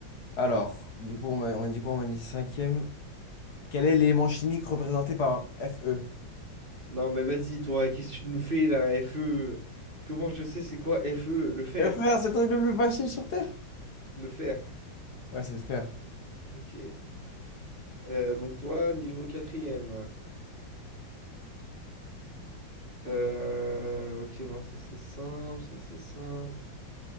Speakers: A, on the left (about 55°); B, on the right (about 25°).
A: Alors, du coup, on m'a on m'a dit quoi? On m'a dit cinquième. Quel est l'élément chimique représenté par Fe?
B: Non, mais vas-y, toi, qu'est-ce que tu nous fais là, FE? Comment je sais c'est quoi FE? Le fer.
A: Eh frère, c'est le truc le plus facile sur Terre?
B: Le fer.
A: Ouais, c'est le fer.
B: Ok. Euh, donc toi, niveau quatrième. Euh, ok, non, ça c'est simple, ça c'est simple.